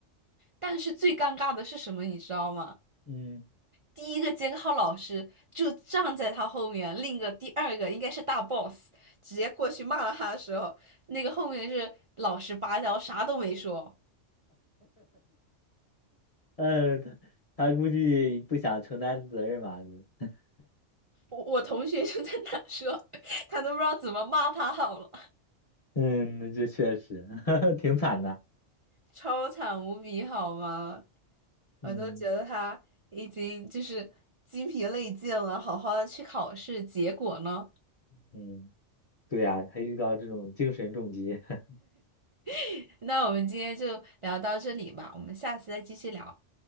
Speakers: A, on the right; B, on the left.
A: 但是最尴尬的是什么，你知道吗？
B: 嗯，
A: 第一个监考老师就站在他后面，另一个第二个应该是大 boss，直接过去骂了他的时候，那个后面是老实巴交，啥都没说。
B: 呃，<laughs> 他他估计不想承担责任吧。<laughs>
A: 我我同学就在那说，<laughs> 他都不知道怎么骂他好了。
B: 嗯，那这确实 <laughs> 挺惨的。
A: 超惨无比，好吗？我都觉得他已经就是精疲力尽了，
B: 嗯
A: 好好的去考试，结果呢？
B: 嗯，对呀，他遇到这种精神重击。<laughs>
A: <laughs> 那我们今天就聊到这里吧，我们下次再继续聊。